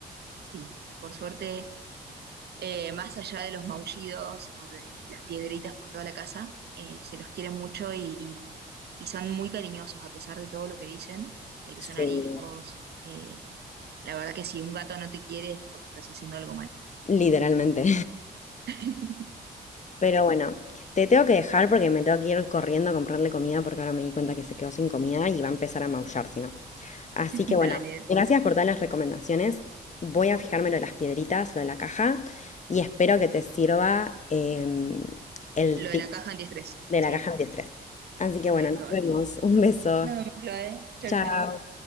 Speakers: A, on the right; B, on the left.
A: Sí, por suerte eh, más allá de los maullidos o de las piedritas por toda la casa, eh, se los quiere mucho y, y son muy cariñosos a pesar de todo lo que dicen, de que
B: Sí,
A: son ariscos. eh, la verdad que si un gato no te quiere es porque estás haciendo algo mal.
B: literalmente.
A: <laughs>
B: Pero bueno, te tengo que dejar porque me tengo que ir corriendo a comprarle comida porque ahora me di cuenta que se quedó sin comida y va a empezar a maullar si no. Así
A: Dale,
B: que bueno, gracias por todas las recomendaciones. Voy a fijarme lo de las piedritas, lo de la caja y espero que te sirva em, el
A: lo
B: tip
A: de la caja antiestrés,
B: de
A: sí,
B: la caja antiestrés. Así que
A: lo
B: bueno,
A: voy a
B: nos
A: probar.
B: vemos. Un beso.
A: Nos vemos, Chloe. Chao,
B: Chao.
A: chao.